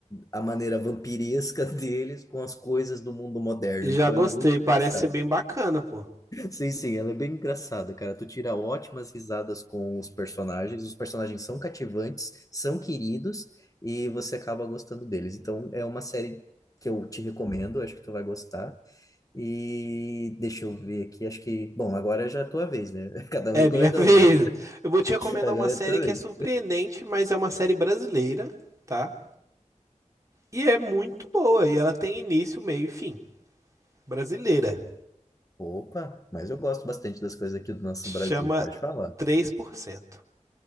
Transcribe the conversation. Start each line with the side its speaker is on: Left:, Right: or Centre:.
Left: a maneira vampiresca <laughs> deles com as coisas do mundo moderno.
Right: Já
Left: Então
Right: gostei,
Left: ela é muito
Right: parece
Left: engraçada.
Right: ser bem bacana, pô.
Left: Sim, sim, ela é bem engraçada, cara. Tu tira ótimas risadas com os personagens. Os personagens são cativantes, são queridos e você acaba gostando deles. Então é uma série que eu te recomendo, acho que tu vai gostar. E deixa eu ver aqui, acho que, bom, agora já é a tua vez, né? <laughs> Cada
Right: É
Left: um recomenda
Right: minha <laughs> vez.
Left: uma.
Right: Eu vou te recomendar
Left: Agora
Right: uma série
Left: é a tua
Right: que
Left: vez.
Right: é surpreendente, mas é uma série brasileira, tá? E é muito boa, e ela tem início, meio e fim. Brasileira.
Left: Opa, mas eu gosto bastante das coisas aqui do nosso Brasil,
Right: Chama
Left: pode falar.
Right: 3%.